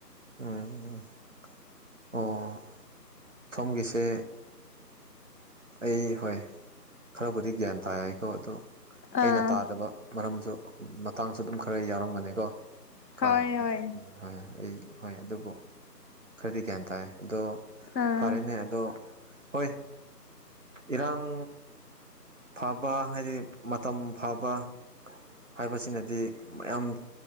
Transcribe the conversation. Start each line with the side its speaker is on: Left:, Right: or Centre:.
Right: ꯎꯝ ꯑꯣ ꯐꯝꯒꯤꯁꯦ ꯑꯩ ꯍꯣꯏ ꯈꯔꯕꯨꯗꯤ ꯒ꯭ꯌꯥꯟ ꯇꯥꯀꯣ ꯑꯗꯨꯣ ꯑꯩꯅ
Left: ꯑꯥ
Right: ꯇꯥꯗꯕ ꯃꯔꯝꯁꯨ ꯃꯇꯥꯡꯁꯨ ꯑꯗꯨꯝ ꯈꯔ ꯌꯥꯎꯔꯝꯒꯅꯤꯀꯣ ꯀꯥ
Left: ꯍꯣꯏ ꯍꯣꯏ
Right: ꯍꯣꯏ ꯑꯩ ꯍꯣꯏ ꯑꯗꯨꯕꯨ ꯈꯔꯗꯤ ꯒ꯭ꯌꯥꯟ ꯇꯥꯏ ꯑꯗꯣ
Left: ꯑꯥ
Right: ꯐꯔꯦꯅꯦ ꯑꯗꯣ ꯍꯣꯏ ꯏꯔꯥꯡ ꯐꯕ ꯍꯥꯏꯗꯤ ꯃꯇꯝ ꯐꯕ ꯍꯥꯏꯕꯁꯤꯅꯗꯤ ꯃꯌꯥꯝ